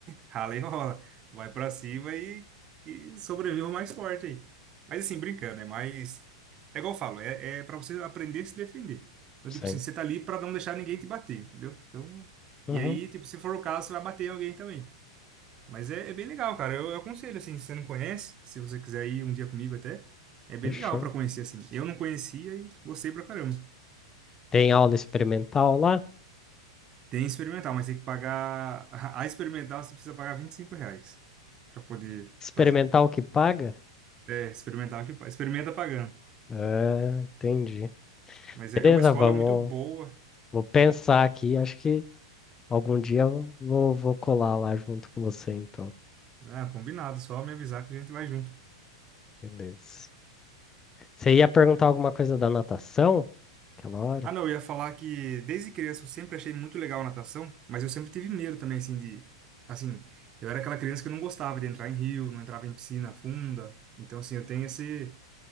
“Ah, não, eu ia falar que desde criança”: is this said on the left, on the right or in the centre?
Right